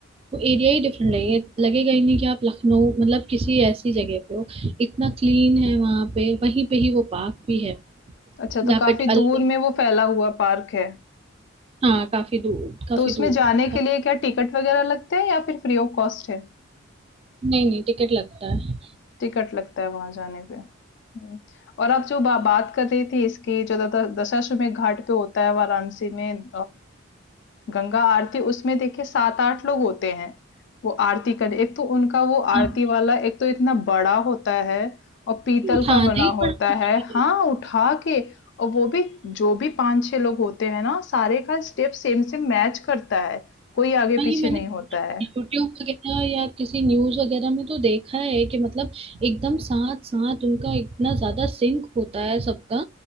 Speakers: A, on the right; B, on the left.
A: वो एरिया ही डिफरेंट लगेगा लगेगा ही नहीं कि आप लखनऊ मतलब किसी ऐसी जगह पे हो इतना क्लीन है वहां पे वहीं पे ही वो पार्क भी है
B: अच्छा
A: यहाँ
B: तो काफी
A: पे अलग
B: दूर में वो फैला हुआ पार्क है
A: हाँ काफी दूर काफी
B: तो उसमें
A: दूर
B: जाने
A: में है। का,
B: के लिए क्या टिकट वगैरह लगते हैं या फिर फ्री ऑफ कॉस्ट है
A: नहीं नहीं टिकट लगता है
B: टिकट लगता है वहां जाने पे हम्म। और आप जो बा, बात कर रही थी इसकी जो द- द- दशाश्वमेध घाट पे होता है वाराणसी में गंगा आरती उसमें देखिए सात आठ लोग होते हैं वो आरती करने एक तो उनका वो आरती
A: हाँ
B: वाला एक तो इतना बड़ा होता है और पीतल
A: उठाना
B: का बना
A: ही
B: होता
A: बड़ा मुश्किल
B: है हाँ
A: है
B: उठा के और वो भी जो भी पांच छह लोग होते हैं ना सारे का स्टेप सेम सेम मैच करता है कोई आगे
A: हाँ ये
B: पीछे
A: मैंने
B: नहीं होता है
A: यूट्यूब वगैरह या किसी न्यूज वगैरह में तो देखा है कि मतलब एकदम साथ साथ उनका इतना ज्यादा सिंक होता है सबका